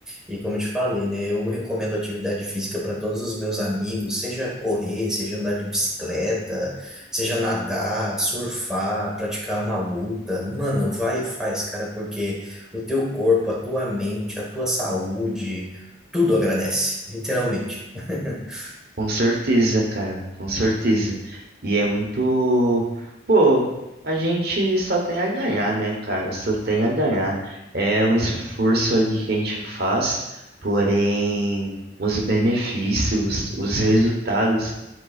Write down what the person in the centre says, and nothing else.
E como eu te falei, né, eu recomendo atividade física para todos os meus amigos, seja correr, seja andar de bicicleta, seja nadar, surfar, praticar uma luta. Mano, vai e faz, cara, porque o teu corpo, a tua mente, a tua saúde, tudo agradece, literalmente. <laughs>